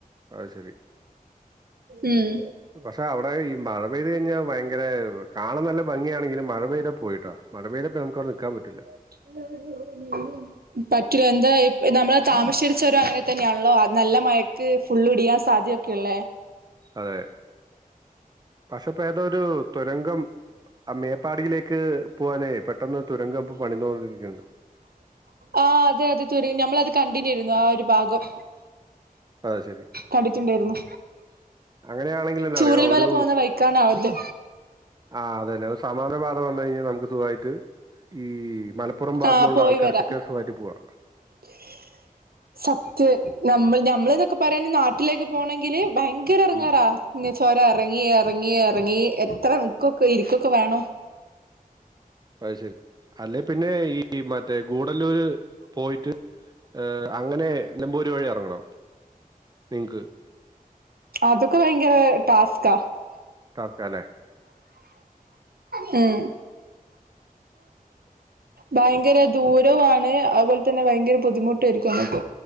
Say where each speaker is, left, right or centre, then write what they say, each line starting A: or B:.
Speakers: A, on the right; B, on the right.
A: അത് ശരി
B: ഉം
A: പക്ഷെ അവിടെ ഈ മഴ മഴ പെയ്ത് കഴിഞ്ഞാൽ ഭയങ്കര കാണാൻ നല്ല ഭംഗിയാണെങ്കും മഴ പെയ്ത പോയിട്ടോ മഴ പെയ്യിലപ്പോ നമുക്ക് അവർ നിൽക്കാൻ പറ്റില്ല
B: <inaudible> പറ്റില്ല എന്താ നമ്മള് താമരശേരിച്ചരോ അങ്ങനെ തന്നെയാണല്ലോ അത് നല്ല മഴക്ക് ഫുള് ഒടിയാൻ സാധ്യത <unintelligible>
A: അതെ പക്ഷെപ്പോ ഏതരു തുരങ്കം ആ മേപ്പാടിയിലേക്ക് പോകാന് പെട്ടെന്ന് തുരങ്കം പണി തോന്നിരിക്കുന്നുണ്ട്
B: ആ അതെ അതെ തു ഞമ്മൾത് കണ്ടിനുരുന്നു ആ ഒരു ഭാഗം
A: അത് ശരി.
B: കണ്ടിട്ടുണ്ടായിരുന്നു
A: അങ്ങനെയാണെങ്കിൽ എന്താറിയോ
B: ചൂരൽമല
A: ഒരു
B: പോകുന്ന വഴിക്കാണ് അത്
A: ആ അതല്ലെ സമാനപാത വന്നു കഴിഞ്ഞാൽ നമുക്ക് സുഖമായിട്ട് ഈ മല പുറം ഭാത്തന്നുള്ള
B: ആഹ് പോയി
A: ആൾക്കാർക്ക്
B: വരാം
A: സുകാമായിറ്റ് പോവാ
B: <inaudible> സത്യ നമ്മൾ നമ്മൾ എന്നൊക്കെ പറയാന നാട്ടിലേക്ക് പോകണമെങ്കില് ഭയ ക്കാരെ ഇടങ്ങാറാ
A: ഉം.
B: ചോരം ഇറങ്ങി ഇറങ്ങി ഇറങ്ങി എത്ര ഇക്കൊക്കെ ഇരിക്കൊക്കെ വേണോ
A: അത് ശരി അല്ലെ പിന്നെ ഈ മറ്റേ ഗൂടല്ലൂര് പോയിട്ട് ഏ അങ്ങനെ നിലപ്പൂർ വഴി ഇറങ്ങണ നിങ്ങക്ക്
B: അതൊക്കെ ഭയങ്കര ടാസ്ക്കാ
A: തക്കാലേ
B: ഉം ഭയങ്കര ദൂരവാണ് അതുപോലെ തന്നെ ഭയങ്കര ബുദ്ധിമുട്ടായിരിക്കും നമ്മക്ക്